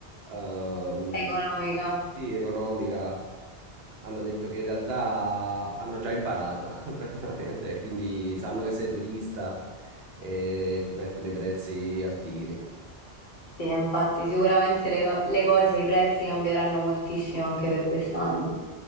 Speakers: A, on the right (about 70°); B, on the left (about 50°).
A: ehm,
B: Economica.
A: sì, economica, hanno detto che in realtà hanno già imparato <laughs> praticamente, e quindi sanno che sei turista e ti mettono i prezzi altini.
B: Sì, infatti sicuramente le, le cose, i prezzi cambieranno moltissimo anche per quest'anno.